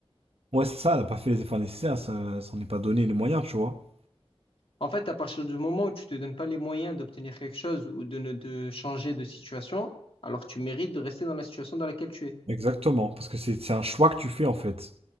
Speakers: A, on the right; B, on the left.
A: Ouais, c'est ça, elle a pas fait les efforts nécessaires, ça s'en est pas donné les moyens, tu vois.
B: En fait, à partir du moment où tu te donnes pas les moyens d'obtenir quelque chose ou de ne de changer de situation, alors tu mérites de rester dans la situation dans laquelle tu es.
A: Exactement, parce que c'est c'est un choix que tu fais en fait.